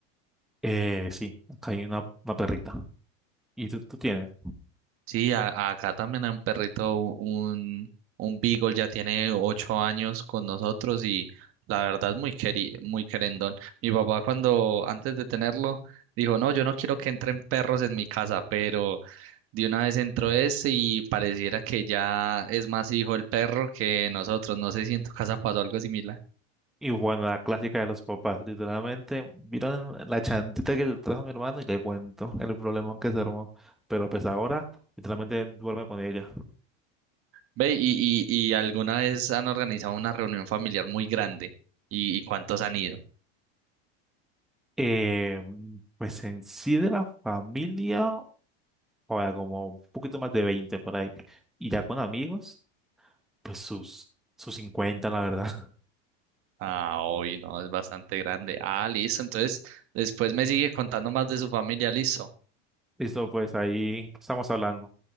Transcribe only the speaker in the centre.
Eh, sí, acá hay una, una perrita. ¿Y tú, tú tienes?
Y bueno, la clásica de los papás, literalmente, vieron la chantita que le trajo mi hermano y le cuento el problemón que se armó. Pero pues ahora, literalmente duerme con ella.
Eh, pues en sí de la familia. O sea como un poquito más de 20 por ahí. Y ya con amigos, pues sus, sus 50 la verdad.
<laughs> Listo, pues ahí estamos hablando.